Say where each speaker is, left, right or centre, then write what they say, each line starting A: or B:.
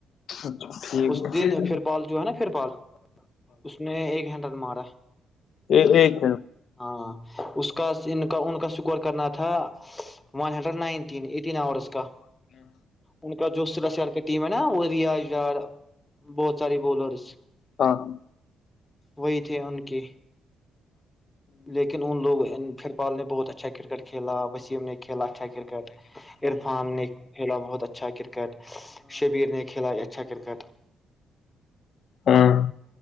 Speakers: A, on the left; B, on the left.
A: اچھا، ٹھیک
B: اس دن پھر پال جو ہے نا پھر پال اس نے ایک ہینڈل مارا
A: اے- ایک منٹ
B: ہاں اس کا ان کا ان کا شکور کرنا تھا ون ہنڈریڈ نن ای آ کا ان کا جو ٹیم ہے نا وہ ریا ار بہت سار بالرس
A: ہاں ہاں
B: وہی تھے ان کے لیکن ان لوگ پھر پال نے بہت اچھا کرکٹ کھیلا وسیم نے کھیلا اچھا کرکٹ عرفان نے کھیلا بہت اچھا کرکٹ شبیر نے کھیلا ہے اچھا کرکٹ
A: ہاں